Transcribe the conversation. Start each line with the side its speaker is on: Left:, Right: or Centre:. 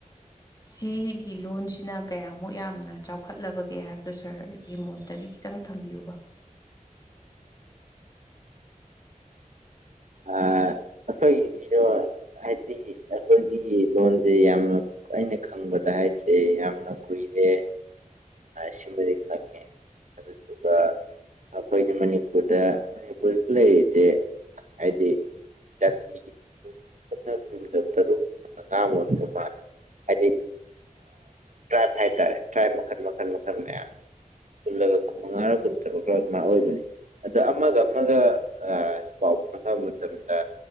Left: ꯁꯤꯒꯤ ꯂꯣꯟꯁꯤꯅ ꯀꯌꯥꯃꯨꯛ ꯌꯥꯝꯅ ꯆꯥꯎ ꯈꯠꯂꯕꯒꯦ ꯍꯥꯏꯕꯗꯨꯣ ꯁꯥꯔꯒꯤ ꯃꯣꯠꯇꯒꯤ ꯈꯤꯇꯪ ꯊꯝꯕꯤꯌꯨꯕ ꯫
Right: ꯑꯩꯈꯣꯏꯒꯤ ꯏꯔꯣ ꯍꯥꯏꯗꯤ ꯑꯩꯈꯣꯏꯒꯤ ꯂꯣꯟꯁꯦ ꯌꯥꯝꯅ ꯑꯩꯅ ꯈꯪꯕꯗ ꯍꯥꯏꯁꯦ ꯌꯥꯝꯅ ꯀꯨꯏꯔꯦ ꯁꯤꯃꯗꯤ ꯈꯪꯉꯦ ꯑꯗꯨꯗꯨꯒ ꯑꯩꯈꯣꯏꯅ ꯃꯅꯤꯄꯨꯔꯗ ꯃꯅꯤꯄꯨꯔꯗ ꯂꯩꯔꯤꯕꯁꯦ ꯍꯥꯏꯗꯤ ꯖꯥꯇꯤ ꯄꯨꯟꯅ ꯀꯨꯟꯒ ꯇꯔꯨꯛ ꯃꯉꯥꯒ ꯑꯣꯏꯕ ꯃꯥꯜꯂꯦ ꯍꯥꯏꯗꯤ ꯇ꯭ꯔꯥꯏꯞ ꯍꯥꯏꯇꯥꯔꯦ ꯇ꯭ꯔꯥꯏꯞ ꯃꯈꯜ ꯃꯈꯜ ꯃꯈꯜ ꯃꯌꯥꯝꯅꯤ ꯄꯨꯜꯂꯒ ꯀꯨꯟ ꯃꯉꯥꯔ ꯀꯨꯟꯇꯔꯨꯛ ꯑꯗꯨꯃꯥꯏꯅ ꯑꯣꯏꯕꯅꯤ ꯑꯗ ꯑꯃꯒ ꯑꯃꯒ ꯄꯥꯎ ꯐꯥꯎꯅꯕ ꯃꯇꯝꯗ